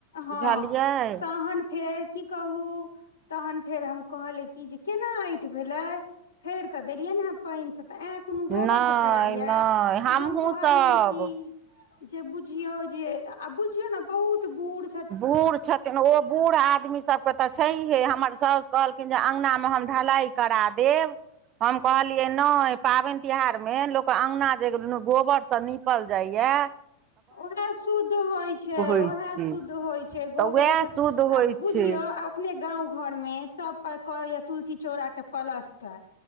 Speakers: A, on the left; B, on the right.
A: हां
B: बुझलियै
A: तहन फेर की कहु तहन फेर हम कहलिये कि जे केना ऐंठ भेलै। फेर तऽ देलियै ने हे पेएन से तऽ एं कुनू
B: नहि
A: गोबर से फैरलिये
B: नहि
A: तऽ
B: हमहूँसभ
A: हम कहलियै कि जे बुझयो जे ए आ बुझियौ ना बहुत बुढ़
B: बूढ़ छथिन ओ बूढ़ आदमी सबके तऽ छैहिये, हमर सॉस कहल खिन जे अंगना मे हम ढलाई करा देब। हम कहलियै नै पाबैन तिहार मे लोक अंगना जे गोबर स नीपल जायया।
A: उहाए शुद्ध होय छै,
B: होइ
A: उहाए
B: छै
A: शुद्ध होय छै गोबरे
B: तऽ उएह
A: से
B: शुद्ध होइ
A: आ बुझयौ
B: छै
A: आ अखने गांव घर मे सब पर करैया तुलसी चौड़ा के प्लस्तर